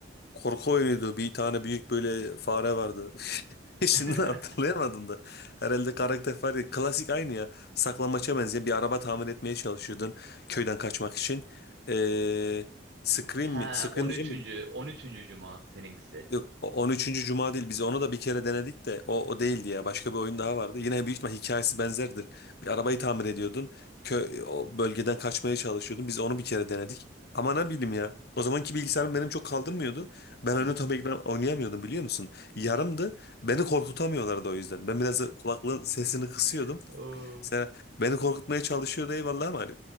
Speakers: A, on the left (about 60°); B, on the right (about 75°).
A: Korku oyunuydu. Bir tane büyük böyle fare vardı. <laughs> Şimdi
B: <laughs>
A: hatırlayamadım da. Herhalde karakter fare. Klasik aynı ya. Saklambaça benzeyen bir araba tamir etmeye çalışıyordun. Köyden kaçmak için. Ee, Scream
B: He
A: mi? Scream
B: 13.
A: diyeceğim.
B: 13. Cuma seninkisi.
A: Yok, o- 13. Cuma değil. Biz onu da bir kere denedik de o, o değildi ya. Başka bir oyun daha vardı. Yine büyük ihtimal hikayesi benzerdir. Bir arabayı tamir ediyordun. Kö o bölgeden kaçmaya çalışıyordun. Biz onu bir kere denedik. Ama ne bileyim ya. O zamanki bilgisayarım benim çok kaldırmıyordu. Ben onu
B: Hı hı.
A: tam ekran oynayamıyordum biliyor musun? Yarımdı. Beni korkutamıyorlardı o yüzden. Ben biraz da kulaklığın sesini kısıyordum.
B: <laughs> Oo.
A: Mesela beni korkutmaya çalışıyordu eyvallah ama hani